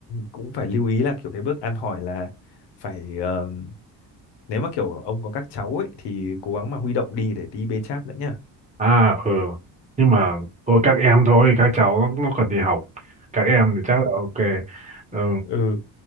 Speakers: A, on the left; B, on the right.
A: cũng phải lưu ý là kiểu cái bước ăn hỏi là phải ờ, nếu mà kiểu ông có các cháu ấy thì cố gắng mà huy động đi để đi bê cháp nữa nhá
B: à ừ nhưng mà thôi các em thôi các cháu nó, nó còn đi học các em thì chắc là ok ừ,
A: ừ